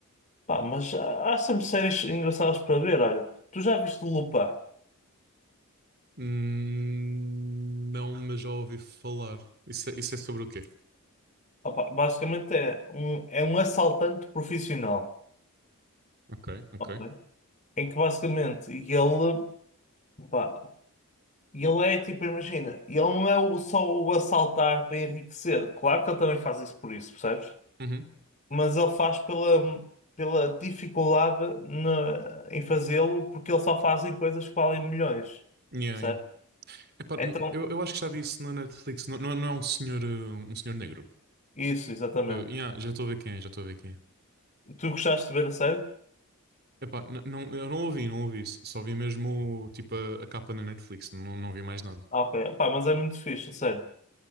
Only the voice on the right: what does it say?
Hum, Não, mas já ouvi falar. Isso, é- isso é sobre o quê?
Ok, ok.
Uhum.
Yeah,
yeah. Epá,
n- eu, eu acho que já vi isso na Netflix. Não, não, não é um senhor, eh, um senhor negro.
Uh, yeah, já estou a ver quem é, já estou a ver quem é.
Epá, n- não, eu não ouvi, não ouvi isso. Só vi mesmo tipo a, a capa na Netflix, não, não vi mais nada.